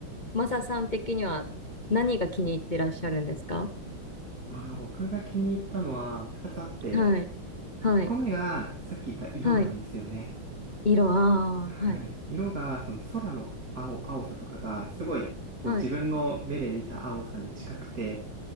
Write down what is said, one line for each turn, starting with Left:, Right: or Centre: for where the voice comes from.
Left: マサさん的には何が気に入ってらっしゃるんですか
Right: ああ、僕が気に入ったのは2つあって、
Left: はい、はい、
Right: 1個目がさっき言った色なんですよね。
Left: はい。色、ああ、
Right: はい。
Left: はい、
Right: 色が、その空の青、青さとかが、すごい、こう自分の目で見た青さに近くて、
Left: はい。